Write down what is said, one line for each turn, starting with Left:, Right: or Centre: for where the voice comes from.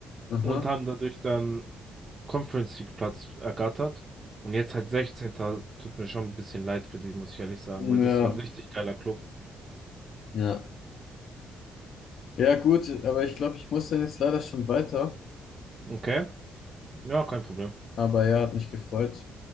Left: aha.
Right: und haben dadurch dann Conference League Platz ergattert. Und jetzt halt 16. Tut mir schon ein bisschen leid für die, muss ich ehrlich sagen, weil
Left: Ja,
Right: das ist so ein richtig geiler Club.
Left: Ja. ja, gut, aber ich glaube, ich muss dann jetzt leider schon weiter.
Right: Okay, ja, kein Problem.
Left: Aber ja, hat mich gefreut.